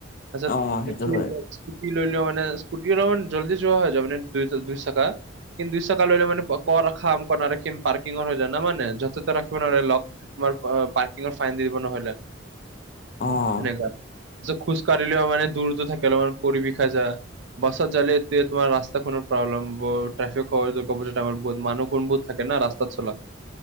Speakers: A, on the right; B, on the left.
A: তাচত
B: অ', সেইটো
A: কি
B: হয়
A: স্কুটি লৈলেও মান স্কুটি অলমান জল্দি যোৱা হৈ যায় মানে দুই দুই চকা কিন্তু দুই চাকা ললে মানে কৰ ৰখাম কৰ নাৰাখিম পাৰ্কিঙৰ হৈ যায় না মানে য যতে ৰাখিব নোৱাৰে লক তোমাৰ পাৰ্কিঙৰ ফাইন দি দিব নহলে
B: অ',
A: এনেকুৱা খোজকাঢ়িলেও মানে দূৰতত থাকে মানে পৰি বিষাই‌ যা বছত জালে তে তোমাৰ ৰাস্তাখনৰ প্ৰব্লেমবৌৰ ট্ৰাফিক <unintelligible> মানুহ খন বুহুত থাকে ন ৰাস্ তাত চলা